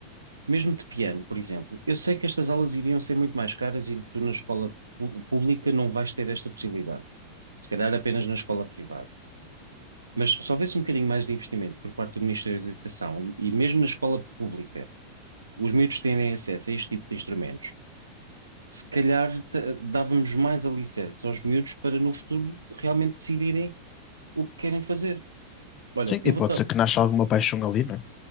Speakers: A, on the right; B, on the left.
A: mesmo de piano, por exemplo, eu sei que estas aulas iriam ser muito mais caras e tu na escola pu- pública não vais ter esta possibilidade. Se calhar apenas na escola privada. Mas se houvesse um bocadinho mais de investimento por parte do Ministério da Educação e, e mesmo na escola pública, os miúdos terem acesso a este tipo de instrumentos se calhar da- dávamos mais alicerces aos miúdos para no futuro realmente decidirem o que querem fazer. Olha,
B: sim.
A: eu
B: E
A: vou
B: pode
A: dar,
B: ser que nasça alguma paixão ali, não é?